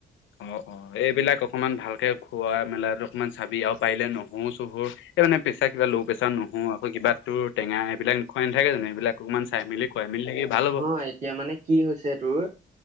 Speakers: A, on the left; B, on the right.
A: অ', অ', এইবিলাক অকণমান ভালকে খোৱা মেলাত অকণমান চাবি, আৰু পাৰিলে নহৰো চহৰো এই মানে প্ৰেছাৰ কিবা ল' প্ৰেছাৰ নহৰো, আকৌ কিবা তোৰ টেঙা এইবিলাক খোৱাই নাথাকে জানো? এইবিলাক অকণমান চাই মেলি খুৱাই মেলি থাকিবি ভাল হ'ব।
B: হয়, এতিয়া মানে কি হৈছে তোৰ,